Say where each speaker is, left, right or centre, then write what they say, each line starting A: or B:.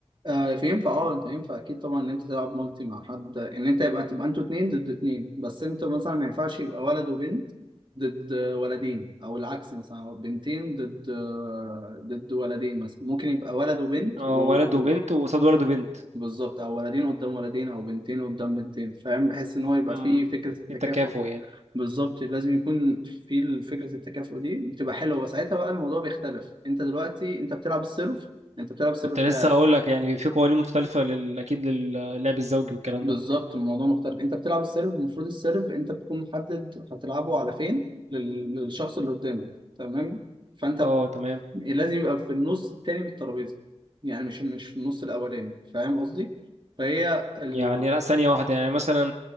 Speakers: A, on the right (about 45°); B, on the right (about 80°).
A: آه، فينفع اه انت ينفع اكيد طبعا ان انت تلعب مالتي مع حد ان انت يبقى تبقى انتوا اتنين ضد اتنين بس انتوا مثلا ما ينفعش يبقى ولد وبنت ضد ولدين او العكس مثلا أو بنتين ضد آه، ضد ولدين مثلا ممكن يبقى ولد وبنت
B: اه
A: و... و...
B: ولد وبنت وقصاد ولد وبنت
A: بالظبط او ولدين قدام ولدين او بنتين قدام بنتين فاهم بحيث ان هو يبقى
B: امم
A: فيه فكرة التكافؤ
B: في تكافؤ يعني
A: بالظبط لازم يكون في ال- فكرة التكافؤ دي بتبقى حلوة بس ساعتها بقى الموضوع بيختلف انت دلوقتي انت بتلعب السيرف انت بتلعب السيرف
B: كنت لسه
A: بتاعك
B: اقول لك يعني في قوانين مختلفه لل... اكيد للعب الزوجي والكلام
A: بالظبط
B: ده
A: الموضوع مختلف انت بتلعب السيرف المفروض السيرف انت بتكون محدد هتلعبه على فين لل- للشخص اللي قدامك تمام فانت
B: اه
A: ب-
B: تمام
A: لازم يبقى في النص التاني من الترابيزه يعني مش مش في النص الاولاني فاهم قصدي فهي ال...
B: يعني لا ثانية واحدة يعني مثلا